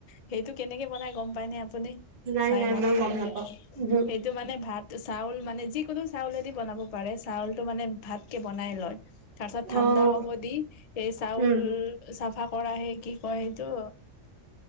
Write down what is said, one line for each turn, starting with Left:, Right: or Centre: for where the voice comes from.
Left: সেইটো কেনেকে বনায় গম পাই নে আপুনি? আপুনি
Right: নাই
Left: চায়
Right: নাই
Left: মদটো?
Right: মই গম নাপাওঁ উহু
Left: সেইটো মানে ভাত, চাউল, মানে যিকোনো চাউলেদি বনাব পাৰে, চাউলটো মানে ভাতকে বন নাই লয়। তাৰ পিছত ঠাণ্ডা
Right: অ'
Left: হ'ব দি, এই চাউল
Right: উম
Left: চাফা কৰা হেই কি কয় এইটো